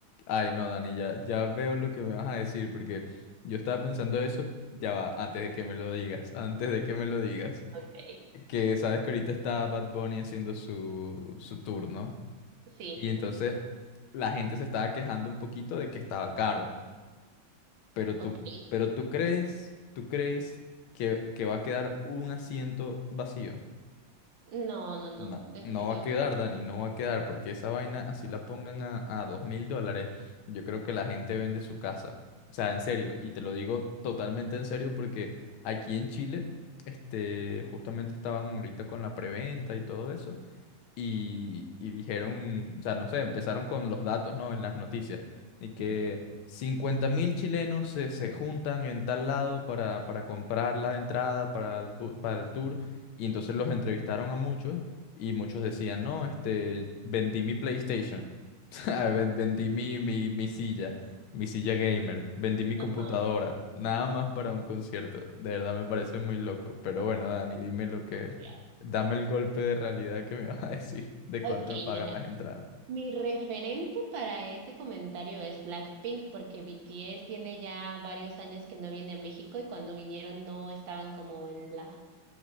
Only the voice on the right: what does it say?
okay
Sí,
ok.
No, no, no,
definitivamente
no.
<laughs> Ujú.
Ajá,
demasiado.
Ok,
mira.
Mi referente para este comentario es Blackpink, porque BTS tiene ya varios años que no viene a México y cuando vinieron no estaban como en la